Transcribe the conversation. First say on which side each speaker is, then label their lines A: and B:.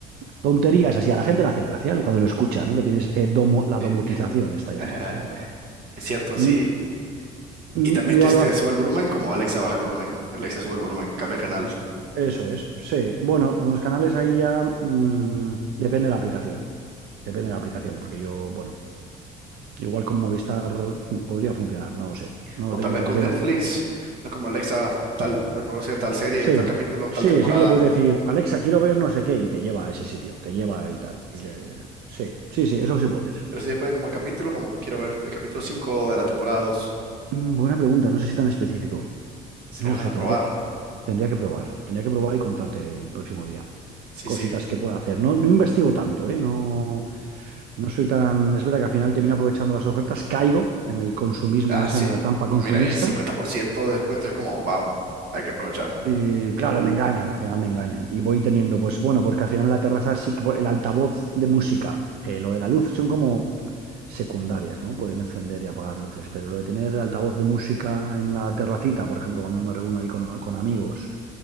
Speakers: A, on the right; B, on the right.
A: tonterías así. A la gente le hace gracia cuando lo escucha, ¿no? Que tienes eh, domo- la
B: Sí.
A: domotización, esta
B: <laughs>
A: llamada, ¿no? Pero
B: Es cierto,
A: mm,
B: sí.
A: mm,
B: Y también
A: mi
B: te
A: valoración.
B: que sube el volumen, como Alexa baja el volumen, Alexa sube el volumen, cambia el canal. Sí.
A: Eso es, sí. Bueno, unos canales ahí ya mm, depende de la aplicación. Depende de la aplicación, porque yo, bueno, Igual con Movistar podría funcionar, no lo sé. No
B: O
A: lo tengo
B: tal vez
A: porque
B: con
A: yo
B: Netflix,
A: no.
B: no como Alexa, tal, reproduce tal serie,
A: Sí,
B: tal capítulo, tal
A: sí,
B: temporada.
A: sí que le puedes decir, Alexa, quiero ver no sé qué, y te lleva a ese sitio, te lleva y tal.
B: sí
A: Y le... Sí, sí, sí, eso sí puedes.
B: Pero sí se puede como el capítulo, como quiero ver el capítulo 5 de la temporada dos
A: Mm, Buena pregunta, no sé si tan específico.
B: Se
A: No lo
B: van
A: sé,
B: a
A: tendría,
B: probar.
A: tendría que probar. Tendría que probar y contarte el próximo día.
B: Sí,
A: Cositas
B: sí.
A: que pueda hacer. No, no investigo tanto, ¿eh? No, no soy tan. Es verdad que al final termino aprovechando las ofertas, caigo en el consumismo,
B: Ah,
A: es
B: sí.
A: en la trampa
B: No,
A: consumista.
B: mira, y 50% de descuento es como, wow, hay que aprovechar.
A: Y claro, me engañan, al final me engañan. Y voy teniendo, pues bueno, porque al final la terraza sí que el altavoz de música, eh, lo de la luz son como secundarias, ¿no? Poder encender y apagar luces, pero lo de tener el altavoz de música en la terracita, por ejemplo, cuando me reúno ahí con, con amigos,